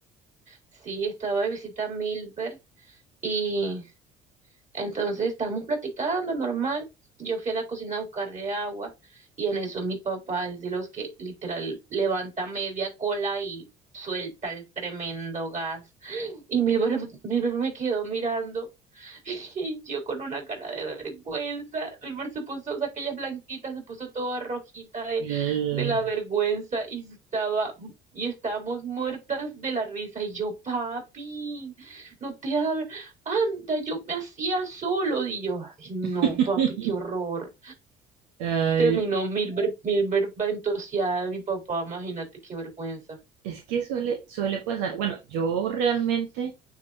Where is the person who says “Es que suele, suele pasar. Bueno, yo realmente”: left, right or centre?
Right